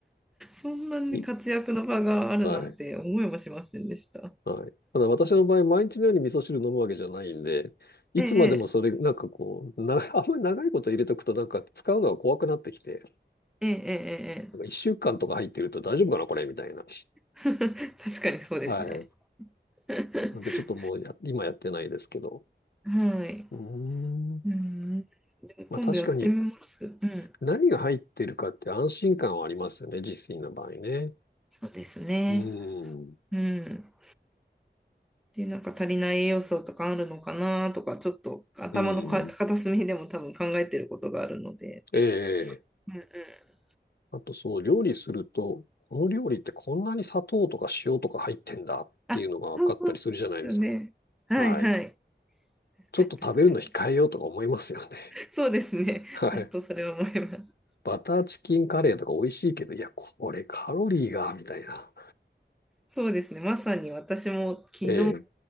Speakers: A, in the centre; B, on the left (about 60°).
A: そんなに活躍の場があるなんて思いもしませんでした。
B: いはい。はい。ただ私の場合、毎日のように味噌汁飲むわけじゃないんで、いつまでもそれ、
A: ええ、
B: なんかこう、な、<laughs> あんまり長いこと入れとくとなんか使うのが怖くなってきて、
A: ええ、ええ、ええ。
B: なんか一週間とか入ってると大丈夫かな、これ、みたいな。
A: <laughs> ええ確かにそうですね。
B: はい。
A: <laughs>
B: なんでちょっともうや、今やってないですけど。
A: はい。
B: うーん。
A: うん。でも今度やってみます。
B: まあ確かに
A: うん。
B: 何が入ってるかって安心感はありますよね、自炊の場合ね。
A: そうですね。
B: うん。
A: うん。で、なんか足りない栄養素とかあるのかなとか、ちょっと頭のか片隅でも多分考えてることがあるので。
B: うん。ええ。
A: うんうん。
B: あと、その料理すると、この料理ってこんなに砂糖とか塩とか入ってんだっていうのが分かったりするじゃないですか。
A: あ、そうですよね。はいはい。
B: はい。
A: 確かに確かに。
B: ちょっと食べるの控えようとか思いますよね。
A: そうですね。
B: <laughs> はい。
A: 本当それは思います。
B: バターチキンカレーとか美味しいけど、いや、これカロリーが、みたいな。
A: そうですね。まさに私も昨日、
B: ええ。